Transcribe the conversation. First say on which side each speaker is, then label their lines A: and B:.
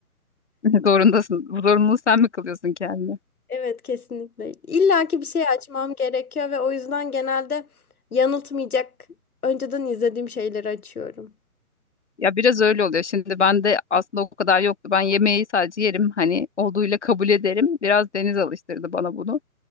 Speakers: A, on the left; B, on the left.
A: <laughs> Zorundasın. Bu zorunluluğu sen mi kılıyorsun kendine?
B: Evet kesinlikle. İlla ki bir şey açmam gerekiyor ve o yüzden genelde yanıltmayacak önceden izlediğim şeyleri açıyorum.
A: Ya biraz öyle oluyor. Şimdi ben de aslında o kadar yoktu. Ben yemeği sadece yerim. Hani olduğuyla kabul ederim. Biraz Deniz alıştırdı bana bunu.